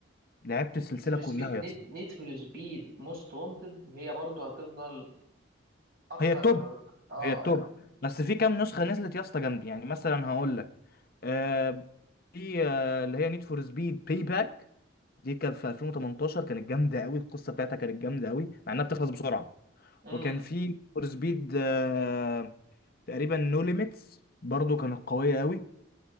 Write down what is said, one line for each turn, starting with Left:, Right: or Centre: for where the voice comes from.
Left: لعبت السلسلة
Right: نيد فور
Left: كلها
Right: سبيد
Left: يا اسطى
Right: نيد فور سبيد موست وانتد هي برضه هتفضل اكتر
Left: هي التوب
Right: اه
Left: هي التوب
Right: يعني
Left: بس في كام نسخة نزلت يا اسطى جامد يعني مثلا هقول لك آه، في آه، اللي هي نيد فور سبيد باي باك دي كان في 2018 كانت جامده قوي القصه بتاعتها كانت جامده قوي مع انها بتخلص بسرعه
Right: امم
Left: وكان في فور سبيد آه، تقريبا نو ليميتس برضو كانت قويه قوي